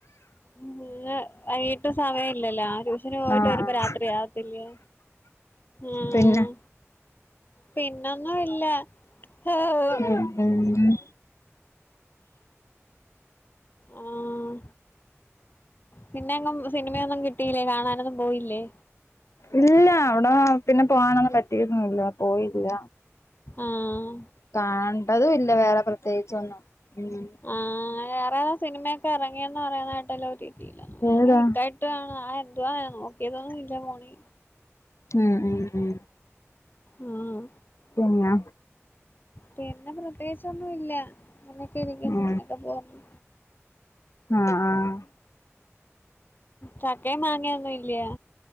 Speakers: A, on the left; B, on the left.
A: ഉം വൈകിട്ട് സമയം ഇല്ലല്ലോ ട്യൂഷന് പോയിട്ട്
B: ആഹ് ആഹ്
A: വരുമ്പോ രാത്രിയാവത്തില്ലേ ഉം
B: പിന്നെ
A: പിന്നൊന്നും ഇല്ല ഏഹും
B: ഉം ഉം
A: ആഹ് പിന്നെ എങ്ങും സിനിമയൊന്നും കിട്ടിയില്ലേ കാണാനൊന്നും പോയില്ലേ
B: ഇല്ല അവിടെ പിന്നെ പോകാനൊന്നും പറ്റിയൊന്നുംല്ല പോയില്ല
A: ആഹ്
B: കണ്ടതും ഇല്ല വേറെ പ്രത്യേകിച്ചൊന്നും ഉം
A: ആഹ് വേറെ സിനിമയൊക്കെ ഇറങ്ങിയെന്ന് പറയണ കേട്ടല്ലേ ഒടിടിയില് ഞാനും
B: ഏതാ
A: വിക്കാ ആഹ് എന്തുവാൻ നോക്കിയതോന്ന് ഇല്ല ഫോണി
B: ഉം ഉം ഉം
A: ഉം
B: പിന്നാ
A: പിന്നെ പ്രത്യേകിച്ച് ഒന്നും ഇല്ല. ഇങ്ങനൊക്കെ ഇരിക്കുന്നു.
B: ഉം
A: ഇങ്ങനൊക്കെ പോന്നു.
B: ആഹ് ആഹ്
A: ചക്കയും മാങ്ങയും ഒന്നു ഇല്ലയോ.